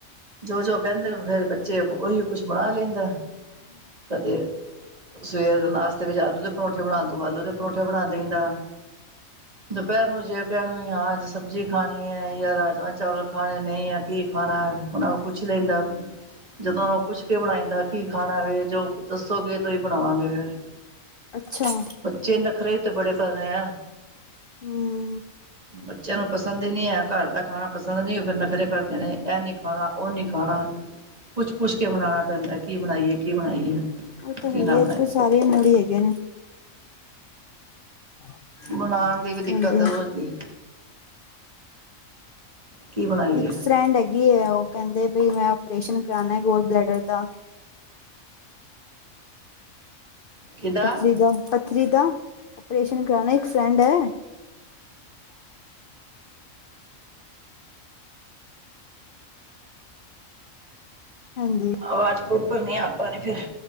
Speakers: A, on the right (about 30°); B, on the left (about 55°).
A: ਜੋ -ਜੋ ਕਹਿੰਦੇ ਫਿਰ ਬੱਚੇ, ਉਹੀ ਕੁਛ ਬਣਾ ਲਾਈਦਾ, ਕਦੇ ਸਵੇਰ ਦੇ ਨਾਸ਼ਤੇ ਵਿੱਚ ਆਲੂ ਦੇ ਪਰੌਂਠੇ ਬਣਾ ਦੋ, ਆਲੂ ਦੇ ਪਰੋਂਠੇ ਬਣਾ ਦਈਦਾ। ਦੁਪਹਿਰ ਨੂੰ ਜੇ ਕਹਿਣ ਵੀ ਆ ਅੱਜ ਸਬਜ਼ੀ ਖਾਣੀ ਹੈ ਜਾਂ ਰਾਜਮਾਂ- ਚਾਵਲ ਖਾਣੇ ਨੇ ਜਾਂ ਕੀ ਖਾਣਾ ਉਹਨਾ ਨੂੰ ਪੁੱਛ ਲਾਈਦਾ। ਜਦੋਂ ਉਹਨਾਂ ਨੂੰ ਪੁੱਛ ਕੇ ਬਣਾਈਂਦਾ ਕੀ ਖਾਣਾ ਵੇ, ਜੋ ਦੱਸੋਗੇ ਤੇ ਉਹੀ ਬਣਾਵਾਂਗੇ ਫਿਰ
B: ਅੱਛਾ
A: ਤੇ ਨੱਖਰੇ ਵੀ ਤੇ ਬੜੇ ਪੈਣਾ ਆ।
B: ਹਉ
A: ਬੱਚਿਆਂ ਨੂੰ ਪਸੰਦ ਹੀ ਨਹੀ ਹੈ ਘਰ ਦਾ ਖਾਣਾ, ਪਸੰਦ ਨਹੀਂ ਉਹ ਫਿਰ ਨਖਰੇ ਕਰਦੇ ਨੇ। ਇਹ ਨਹੀਂ ਖਾਣਾ, ਉਹ ਨਹੀਂ ਖਾਣਾ। ਪੁੱਛ- ਪੁਛ ਕੇ ਬਣਾਉਣਾ ਪੈਂਦਾ। ਕੀ ਬਣਾਈਏ ਕੀ ਬਣਾਈਏ।
B: ਉਹ ਤਾਂ
A: ਕੀ
B: ਹੈ ਹੀ
A: ਨਾ
B: ਹੈ
A: ਬਣਾਈਏ
B: ਅੱਜ ਕੱਲ ਸਾਰੇ ਮੂੜੀ ਹੈਗੇ ਨੇ <inaudible>
A: ਬਣਾਨ ਦੀ ਵੀ ਦਿੱਕਤ
B: ਹਾਂਜੀ
A: ਆ ਰੋਜ਼ ਦੀ ਕੀ ਬਣਾਈਏ
B: ਇੱਕ ਫਰੈਡ ਹ ਗੈ ਹੈ ਉਹ ਕਹਿੰਦੇ ਬਈ ਮੈਂ ਆਪਓਪਰੇਸ਼ਨ ਕਰਾਉਣਾ ਹੇ ਗਾਲ ਬਲੈਡਰ ਦਾ
A: ਕਿਹਦਾ
B: ਪਚੀ ਗਮ ਪੱਥਰੀ ਦਾ ਆਪਓਰੇਸ਼ਨ ਕਰਾਨਾ। ਇੱਕ ਫਰੈਂਡ ਹੈ। ਹਾਂਜੀ।
A: ਆਵਾਜ਼ ਪ੍ਰੋਪਰ ਨਹੀਂ ਆ ਪਾ ਰਹੀ ਫਿਰ